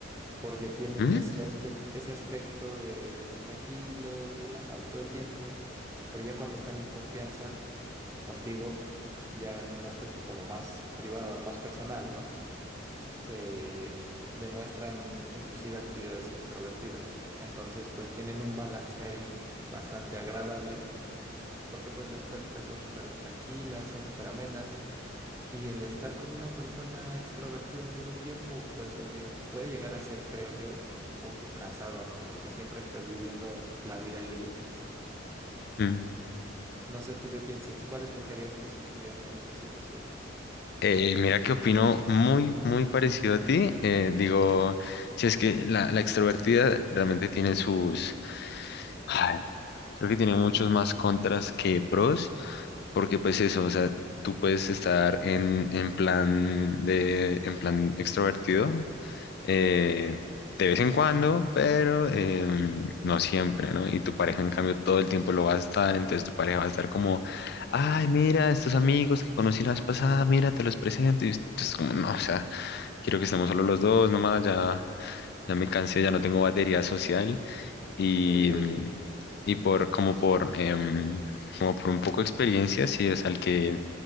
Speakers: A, on the right; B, on the left.
A: porque tienen
B: Ujú.
A: ese aspe- ese aspecto de son tranquilos, relajados todo el tiempo, pero ya cuando están en confianza contigo, ya en un aspecto como más privado, más personal, ¿no? eh, demuestran inclusive actividades extrovertidas. Entonces, pues tienen un balance ahí bastante agradable, porque pues las pláticas son súper tranquilas, son súper amenas, y el estar con una persona extrovertida todo el tiempo puede ser, llega- puede llegar a ser, creo yo, un poco cansado, ¿no? Porque siempre estás viviendo la vida al límite.
B: Ujú.
A: No sé tú qué pienses, ¿cuál escogerías tú si estuvieras en esa situación?
B: Eh, mira que opino muy, muy parecido a ti. Eh, digo, si es que la, la extrovertida realmente tiene sus, ay, creo que tiene muchos más contras que pros, porque pues eso, o sea, tú puedes estar en, en plan de, en plan extrovertido, eh, de vez en cuando, pero em, no siempre, ¿no? Y tu pareja, en cambio, todo el tiempo lo va a estar, entonces tu pareja va a estar como, ay, mira, estos amigos que conocí la vez pasada, mira, te los presento, y es como, no, o sea, quiero que estemos solo los dos, nomás, ya, ya me cansé, ya no tengo batería social, y,
A: Sí.
B: mm, y por, como por, em, como por un poco de experiencia, sí, o sea, el que